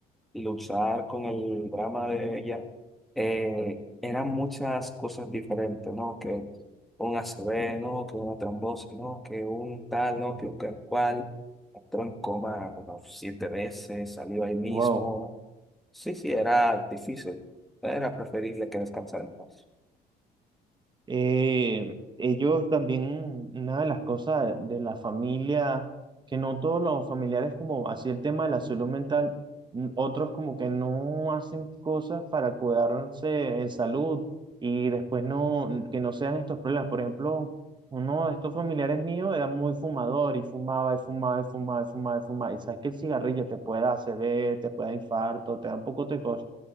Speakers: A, in the centre; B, on the right (about 25°).
A: luchar con el drama de ella. Eh, eran muchas cosas diferentes, ¿no? Que un ACV, ¿no? Que una trombosis, ¿no? Que un tal, ¿no? Que un tal cual. Entró en coma como siete veces, salió ahí mismo.
B: wow.
A: Sí, sí, era difícil. Era preferible que descansara en paz.
B: Eh, ellos también, una de las cosas de la familia, que no todos los familiares como así el tema de la salud mental, n- otros como que no hacen cosas para cuidarse en salud y después no, que no sean estos problemas. Por ejemplo, uno de estos familiares míos era muy fumador y fumaba y fumaba y fumaba y fumaba y fumaba. Y sabes que el cigarrillo te puede dar ACV, te puede dar infarto, te da un poco de cosas.